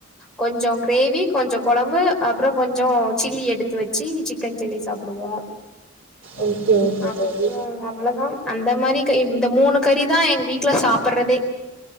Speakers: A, in the centre; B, on the right.
A: கொஞ்சோ கிரேவி கொஞ்சோ குழ ம்பு அப்பறோ கொஞ்சோ சில்லி எடுத்து வச்சு சிக்கன் சில்லி சாப்பிடுவோ
B: ஓகே ஓகே
A: அப்பறோ
B: தோழி
A: அவ்ளோதா அந்த மாறி கை இந்த மூணு கறிதா எங்க வீட்டுல சாப்பிர்ரதே